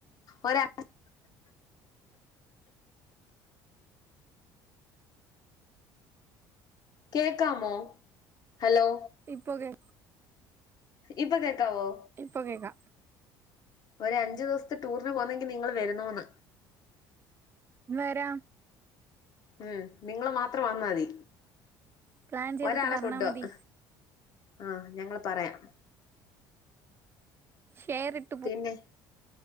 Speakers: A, on the left; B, on the right.
A: ഒരാ കേക്കാമോ ഹലോ
B: പോകെ
A: ഇപ്പ കേക്കാവോ
B: ഇപ്പൊ കേക്കാ
A: ഒരഞ്ചു ദിവസത്തെ ടൂറിന് പോകുന്നെങ്കിൽ നിങ്ങൾ വരുന്നോന്ന്
B: വരാം
A: ഉം നിങ്ങള് മാത്രം വന്നാ മതി
B: പ്ലാൻ ചെയ്തിട്ട്
A: ഒരാളെ
B: പറഞ്ഞാ
A: കൊണ്ടോവാ
B: മതി
A: ആഹ് ഞങ്ങള് പറയാം
B: ഷെയർട്ട്
A: പിന്നെ